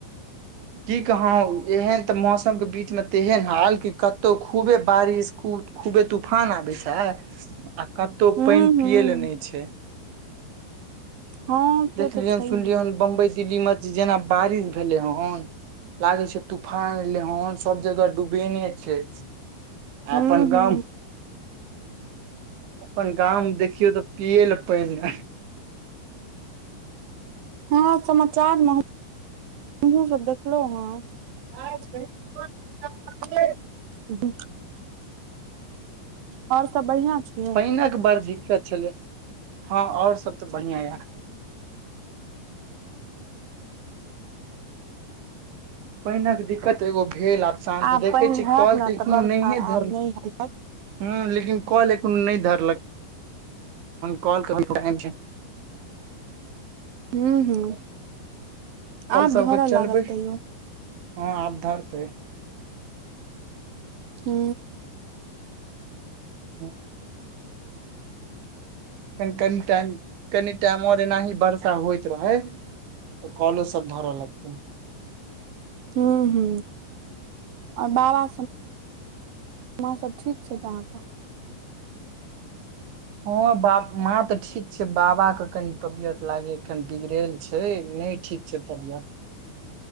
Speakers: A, on the right (about 70°); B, on the right (about 55°).
A: की कहौ एहन तऽ मौसमके बीचमे तेहन हाल कि कतहु खूबे बारिश खूब खूबे तूफान आबै छै आ कतहु
B: हूँ
A: पानि
B: हूँ
A: पियए लए नहि छै
B: हँ से
A: देखलियै
B: तऽ छैहे
A: हन सुनलियै हन बम्बइ दिल्लीमे जेना बारिश भेलै हन लागे छै तूफान लेहान सब जगह डूबेने छै
B: ह्म
A: अपन
B: हू
A: गाम अपन गामवमे देखियौ तऽ पियए लए पानि नहि
B: हँ समाचारमे हमहु सब देखलहुँ हँ <unintelligible> और सब बढ़ियां छी
A: पने के बड़ दिक्कत छले हँ और सब ते बढ़िया य पानिक दिक्कत एगो भेल आसान
B: आब
A: तऽ देखै
B: पानि
A: छीिय
B: हैत
A: कल
B: ने
A: तऽ एखनोहु
B: बरखा
A: नहिए धर
B: आब नहि हैत
A: ह लेकिन कॉल एख नहि धरलक कॉल की
B: हू ह
A: कल
B: आब
A: सबके
B: धरऽ
A: चलबै
B: लागत तैयो
A: हँ आबधरतै
B: हू
A: ह क कनी टाइम कनी टाइम र न ही बरस होइत रहै तऽ कलो सब धरऽ लगतै
B: हू ह ओर बाबा माँ सब ठीक छै त अहाँके
A: हँ ब माँ तऽ ठीक छै बाबाके कनि तबियत लागेखन बिगड़ल छै नहि ठीक छै तबियत